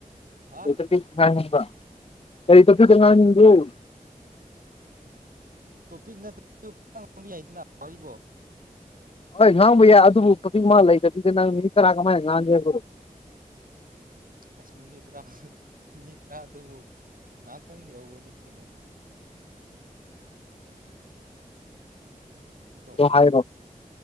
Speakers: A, on the right (about 70°); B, on the left (about 40°).
A: ꯍꯥ
B: ꯀꯀꯥ ꯀꯩ ꯌꯦꯕꯥ ꯀꯉꯥꯏꯅꯤꯡꯗꯣ
A: ꯇꯣ ꯄꯤꯛ ꯅꯠꯇ ꯉꯪꯕꯤ ꯌꯥꯏꯗꯅꯔꯤꯕꯣ
B: ꯍꯣꯏ ꯉꯥꯡꯕ ꯌꯥꯏ ꯑꯗꯨꯕꯨ ꯐꯖꯤ ꯃꯥ ꯂꯩꯕ ꯑꯗꯨꯗꯤ ꯅꯪ ꯃꯤ ꯇꯔꯥ ꯀꯃꯥꯏꯅ ꯉꯥꯡꯒꯦꯕꯣ
A: ꯑꯁ꯭ꯅꯤꯠꯇ ꯔꯥ ꯃꯤꯅꯤꯠ ꯇꯔꯥꯗꯨꯕꯨ ꯉꯍꯥꯛꯇꯪꯗꯤ ꯍꯧꯔꯅꯤ ꯀꯅꯣ ꯅꯠꯇ꯭ꯔꯣ
B: ꯑꯩ ꯔꯣ ꯍꯥꯏꯔꯣ